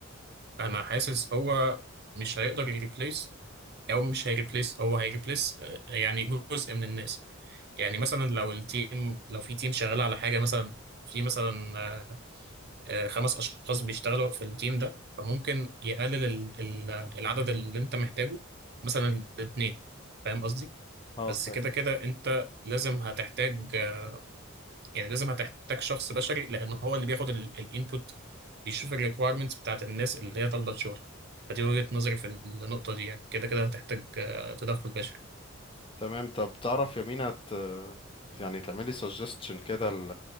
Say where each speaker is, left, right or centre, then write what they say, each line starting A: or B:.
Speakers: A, on the right; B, on the left.
A: انا حاسس هو مش هيقدر يريبليس او مش هيريبليس هو هيريبليس آه، يعني جزء من الناس يعني مثلا لو التيم لو في تيم شغال على حاجة مثلا في مثلا آه، خمس اشخاص بيشتغلوا في التيم ده فممكن يقلل ال- ال- العدد اللي انت محتاجه مثلا لاثنين فاهم قصدي
B: اه
A: بس
B: فاهم
A: كده كده انت لازم هتحتاج آه، يعني لازم هتحتاج شخص بشري لان هو اللي بياخد الانبوت بيشوف الريكويرمنتس بتاعت الناس اللي هي طالبه شغل فدي وجهة نظري في النقطة دي يعني كده كده هتحتاج آه، تدخل بشري
B: تمام طب تعرف يا مينا ت- يعني تعملي suggestion كده ل